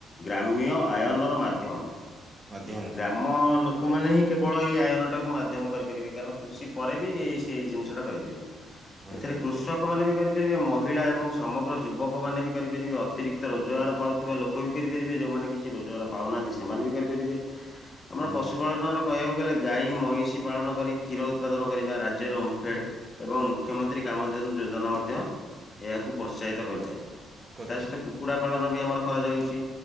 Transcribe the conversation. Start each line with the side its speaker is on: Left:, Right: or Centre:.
Left: ଗ୍ରାମ୍ୟ ଆୟନର ମାଧ୍ୟମ।
Right: ମାଧ୍ୟମ।
Left: ଆମ ଲୋକମାନେ ହିଁ କେବଳ ଏଇ ଆୟନଟାକୁ ମାଧ୍ୟମ କରିପାରିବେ କାରଣ କୃଷି ପରେ ବି ଏ ସେଇ ଜିନିଷଟା କରିପାରିବେ।
Right: ହୁଁ
Left: ଏଥିରେ କୃଷକ ମାନେ ବି କରିପାରିବେ। କରିପାରିବେ ମହିଳା ଏବଂ ସମଗ୍ର ଯୁବକମାନେ ବି କରିପାରିବେ, ଅତିରିକ୍ତ ରୋଜଗାର ପାଉଥିବା ଲୋକ ଲୋକ ବି କରିପାରିବେ ଯୋଉମାନେ କିଛି ରୋଜଗାର ପାଉନାହାନ୍ତି ସେମାନେ ବି କରିପାରିବେ,
Right: ହୁଁ
Left: ଆମର ପଶୁପାଳନର କହିବାକୁ ଗଲେ ଗାଈ ମଇଁଷି ପାଳନ କରି କ୍ଷୀର ଉତ୍ପାଦନ କରିବା ରାଜ୍ୟରେ ଓମ୍ଫେଡ୍ ଏବଂ ମୁଖ୍ୟମନ୍ତ୍ରୀ କାମଧେନୁ ଯୋଜନା ମଧ୍ୟ ଏହାକୁ ପ୍ରୋତ୍ସାହିତ କରିଥାଏ। ତା
Right: କରିଥାଏ
Left: ସହିତ କୁକୁଡ଼ା ପାଳନ ବି ଆମର କରାଯାଉଛି